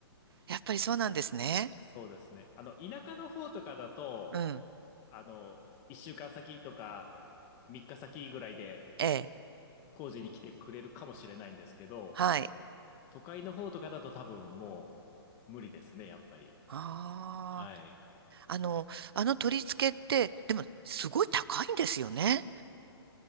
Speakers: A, on the right; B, on the left.
A: ややっぱりそうなんですね。
B: そうですね。あの、田舎の方とかだと、
A: うん。
B: あの、1週間先とか3日先ぐらいで
A: ええ。
B: 工事に来てくれるかもしれないんですけど、
A: はい。
B: 都会の方とかだと多分もう無理ですね、やっぱり。
A: ああ。
B: はい。
A: あの、あの取り付けって、でも、すごい高いんですよね。